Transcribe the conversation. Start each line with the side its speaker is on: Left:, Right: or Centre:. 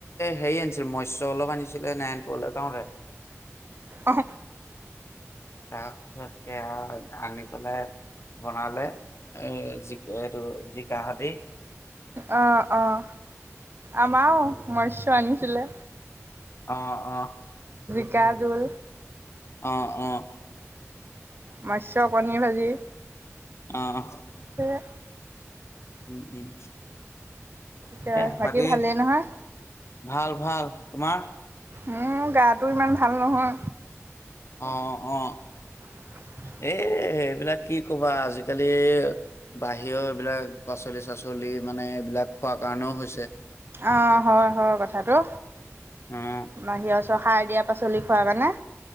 Left: হেৰি আনিছিল মসয় অলপ আনিছিলে নাৰায়ণপুৰলে যাওঁতে।
Right: আহ।
Left: তাৰ পিছত সেয়া আনি পেলাই বনালে এ' জ এইটো জিকাহতে
Right: অঁ অঁ
Left: তাৰপা
Right: আমাৰও মৎস্য আনিছিলে।
Left: অঁ অঁ।
Right: জিকা জোল।
Left: অঁ অঁ।
Right: মৎস্য কণী ভাজি
Left: অঁ।
Right: সেয়া
Left: উম উম।
Right: তাকে
Left: এ বাকী
Right: ভালেই নহয়?
Left: ভাল ভাল, তোমাৰ?
Right: মোৰ গাটো ইমান ভাল নহয়।
Left: অঁ অঁ।
Right: উ <unintelligible>
Left: এ এইবিলাক কি ক'বা আজিকালি বাহিৰৰ এইবিলাক পাচলি চাচলি মানে এইবিলাক খোৱাৰ কাৰণেও হৈছে।
Right: অ', হয় হয় কথাটো,
Left: অ',
Right: বাহি আ সাৰ দিয়া পাচলি খোৱা কাৰণে